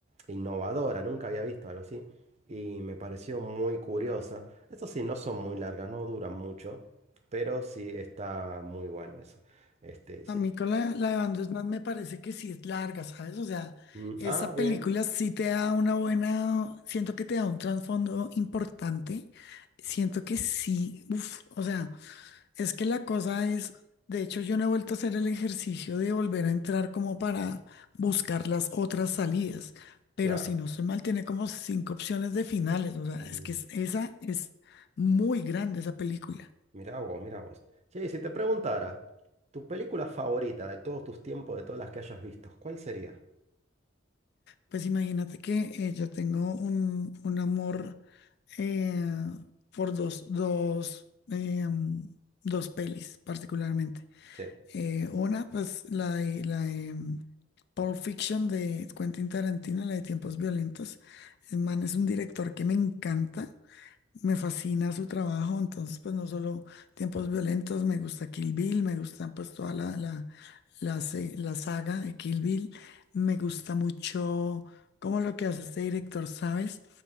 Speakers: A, on the right (about 35°); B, on the left (about 55°).
A: innovadora, nunca había visto algo así y me pareció muy curiosa. Eso sí, no son muy largas, no duran mucho, pero sí está muy bueno eso. Este, sí.
B: A mí con la, la de Van der me parece que sí es larga, ¿sabes? O sea,
A: Mm,
B: esa
A: ah, bien,
B: película sí te da una buena, siento que te da un trasfondo importante, siento que sí, uff, o sea, es que la cosa es, de hecho yo no he vuelto a hacer el ejercicio de volver a entrar como para buscar las otras salidas, pero
A: claro.
B: si no estoy mal, tiene como cinco opciones de finales, o sea,
A: Mm,
B: es que es- esa es muy grande esa película.
A: mirá vos, mirá vos. Sí, si te preguntara, tu película favorita de todos tus tiempos, de todas las que hayas visto, ¿cuál sería?
B: Pues imagínate que eh, yo tengo un, un amor eh, por dos, dos, eh, mm, dos pelis particularmente.
A: Sí.
B: Eh, una, pues la de, la de mm, Pulp Fiction de Quentin Tarantino, la de Tiempos Violentos. El man es un director que me encanta. Me fascina su trabajo, entonces pues no solo Tiempos Violentos, me gusta Kill Bill, me gusta pues toda la, la, la, se- la saga de Kill Bill, me gusta mucho como lo que hace este director, ¿sabes?